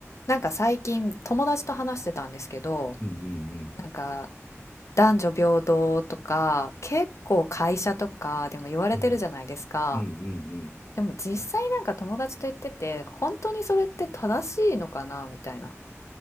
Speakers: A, on the left (about 65°); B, on the left (about 45°).
A: なんか最近友達と話してたんですけど、
B: うんうん
A: なんか男女平等とか結構会社とかでも言われてるじゃないですか。
B: うん。うんうんうんうん。
A: でも実際なんか友達と言ってて本当にそれって正しいのかなみたいな。